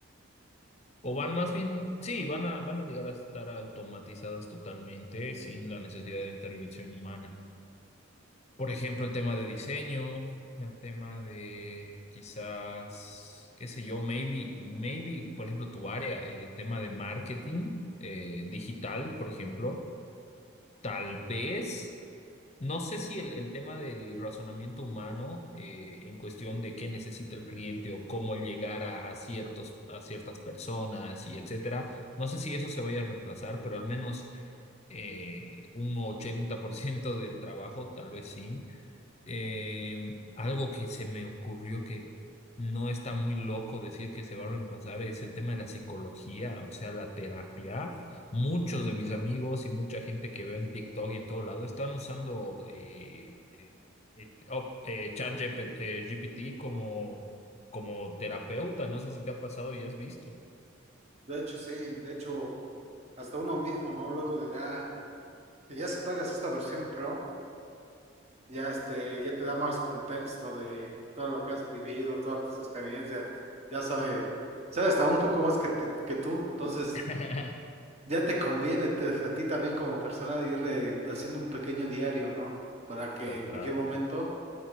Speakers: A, on the left (about 30°); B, on the right (about 30°).
A: o van más bien, sí, van a, van a llegar a estar automatizadas totalmente sin la necesidad de intervención humana. Por ejemplo, el tema de diseño, el tema de quizás, qué sé yo, maybe, maybe, por ejemplo, tu área, el tema de marketing eh, digital, por ejemplo, tal vez, no sé si el, el tema del razonamiento humano eh, en cuestión de qué necesita el cliente o cómo llegar a, a ciertos, a ciertas personas y etcétera, no sé si eso se vaya a reemplazar, pero al menos eh, un 80% del trabajo, tal vez sí. Eh, algo que se me ocurrió que no está muy loco decir que se va a reemplazar es el tema de la psicología, o sea, la terapia. Muchos de mis amigos y mucha gente que veo en TikTok y en todo lado están usando eh, eh, eh, op- eh, ChatGPT eh, GPT como, como terapeuta. No sé si te ha pasado y has visto.
B: De hecho, sí. De hecho, hasta uno mismo, ¿no? Luego de la... que ya si pagas esta versión Pro. ya este, ya te da más contexto de todo lo que has vivido, todas tus experiencias, ya sabe, sabe hasta un poco más que, t- que tú, entonces
A: <laughs>
B: ya te conviene te- a ti también como persona ir eh, haciendo un pequeño diario, ¿no? Para que
A: Total,
B: en cualquier momento,